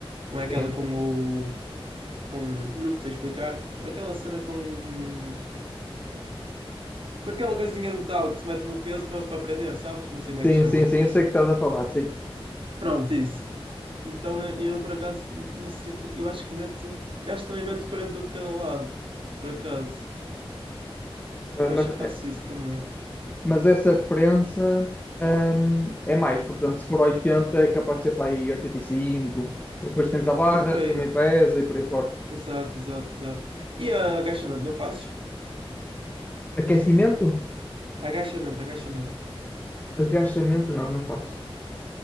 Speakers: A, on the right; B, on the left.
A: não é aquela
B: sim.
A: com o, com, não sei explicar, é aquela cena com, com aquela coisinha de metal que se mete no peso para, para prender, sabes? Não sei como é
B: Sim,
A: que se chama.
B: sim, sim, eu sei que estás a falar, sim.
A: Pronto, isso. Então eu, eu por acaso, não sei, que- eu acho que meto, eu acho que também meto 40 de cada lado, por acaso.
B: Ah,
A: Eu
B: Mas,
A: acho
B: ah,
A: que faço isso também.
B: mas essa prensa, hum, é mais, portanto, se for 80 é capaz de ser para aí 85, porque depois tens a barra
A: Sim, por aí.
B: que também pesa e por aí fora.
A: Exato, exato, exato. E ah, agachamento, não fazes?
B: Aquecimento?
A: Agachamento, agachamento.
B: Agachamento não, não faço.